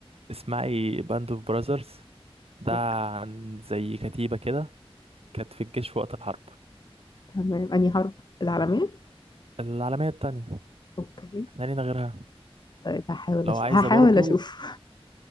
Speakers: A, on the right (about 70°); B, on the left (about 45°).
A: اسمعي باند اوف براذرز ده
B: اوكي
A: عن زي كتيبة كده كانت في الجيش في وقت الحرب
B: تمام أنهي حرب العالمية؟
A: العالمية التانية
B: اوكي
A: احنا لينا غيرها
B: طيب هحاول
A: لو
B: أشوف
A: عايزة
B: هحاول
A: برضو
B: أشوف